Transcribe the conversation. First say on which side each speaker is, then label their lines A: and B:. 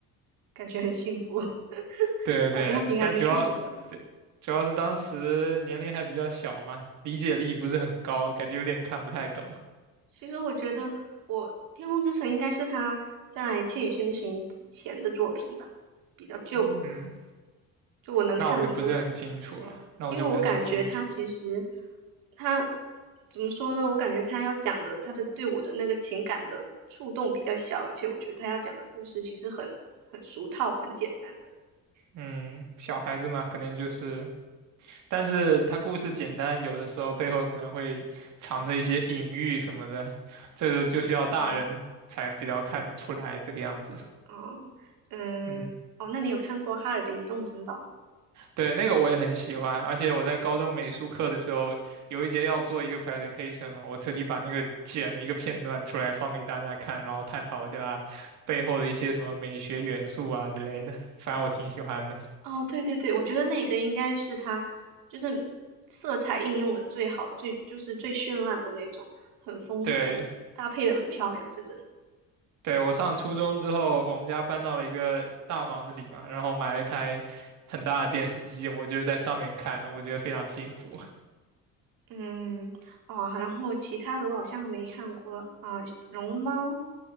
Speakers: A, on the right; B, on the right.
A: 感觉很幸福，<laughs>
B: 对对对，
A: 打吊瓶还能看这个。
B: 但主要主要是当时年龄还比较小嘛，理解力不是很高，感觉有点看不太懂。
A: 其实我觉得我《天空之城》应该是他在《千与千寻》之前的作品吧，比较旧的，
B: 嗯，
A: 就我能看得出来，
B: 那我就不是很清楚了，那我就不是很清楚。
A: 因为我感觉他其实他怎么说呢？我感觉他要讲的他的对我的那个情感的触动比较小，而且我觉得他要讲的故事其实很很俗套、很简单的。
B: 嗯，小孩子嘛，可能就是，但是他故事简单，有的时候背后可能会藏着一些隐喻什么的，这个就需要大人才比较看得出来这个样子。
A: 对，哦，嗯，
B: 嗯，
A: 哦，那你有看过《哈尔的移动城堡》吗？
B: 对，那个我也很喜欢，而且我在高中美术课的时候，有一节要做一个 presentation 嘛，我特地把那个剪了一个片段出来放给大家看，然后探讨一下背后的一些什么美学元素啊之类的，反正我挺喜欢的。
A: 哦，对对对，我觉得那个应该是他，就是色彩应用的最好的，最就是最绚烂的那种，很丰富，
B: 对。
A: 搭配的很漂亮，是真的。
B: 对，我上初中之后，我们家搬到了一个大房子里嘛，然后买了一台很大的电视机，我就是在上面看的，我觉得非常幸福。
A: 嗯，哦，然后其他的我好像没看过了啊，龙猫，